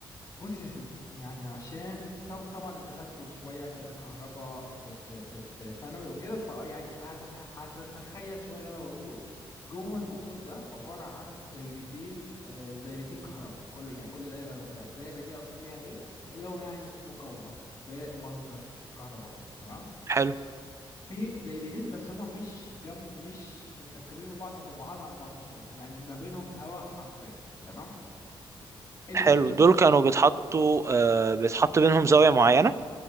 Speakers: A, on the left (about 30°); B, on the right (about 30°).
A: بص يا سيدي يعني عشان طب طبعا انت خدت شويه كده كهرباء في في في في ثانوي وكده ف يعني هتتح... هتتخيل شويه اللي انا بقوله جوه الموتور ده عباره عن دايرتين آه، دايرتين كهرباء كل يعني كل دايره لوحدها الدايره دي اقصد بيها ايه اللي هو يعني مقاومه بمصدر كهربائي تمام
B: حلو
A: في دايرتين بس هما مش جنب مش متركبين ببعض هما بعاد عن بعض شويه يعني ما بينهم هواء حرفيا تمام ايه اللي
B: حلو
A: بيحصل
B: دول كانوا بيتحطوا آه بيتحط بينهم زاويه معينه